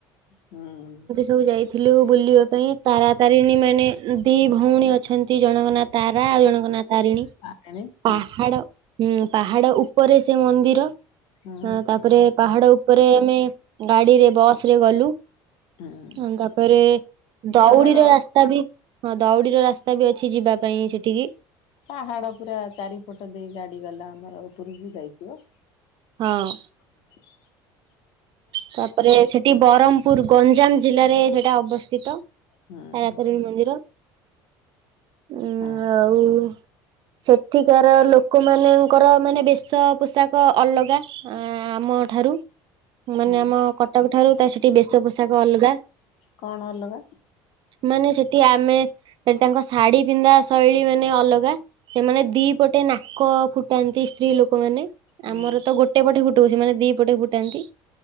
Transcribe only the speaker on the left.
ହୁଁ
<unintelligible>
ହୁଁ
ହୁଁ
ପାହାଡ
ପାହାଡ ପୁରା ଚାରିପଟ ଦେଇ ଗାଡି ଗଲା ଆମର ଉପରକୁ ଯାଇଥିବ।
ଆ
ହୁଁ
ହଁ
ହଁ
କଣ ଅଲଗା
ହୁଁ